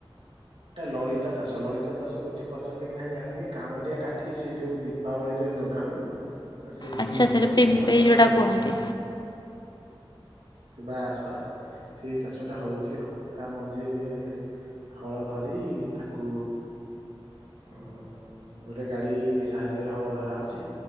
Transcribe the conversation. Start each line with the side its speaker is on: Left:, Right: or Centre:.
Right: ଲାଳିତ ଚାଷ ଲାଳିତ ଚାଷ ବୁଝପାରୁ ଛନ୍ତି କି ନାଇ ଜାଣି ନିକୌରିଆ କାଠି ଶେ ଯାଉ ଦୀପାବଳି ରେ ଲଗା ହୁଏ। ତ ସେଇ
Left: ଆଚ୍ଛା ସେଇଟା
Right: ଗଛରୁ
Left: ପିମ୍ପେଇ
Right: ଚାଷ
Left: ଯୋଉଟା
Right: ଟା ହୁଏ।
Left: କୁହନ୍ତି
Right: ସେ ବାସଵାସ ସେଇ ଚାଷ ଟା ହଉଛି ଆଉ ତା ମଞ୍ଜି ଏବେ ହଳ ଧରି ତାକୁ ଅଁ ଗୋଟେ ଗାଡି ସାହାଯ୍ୟରେ ହଳ ଧରା ହଉଛି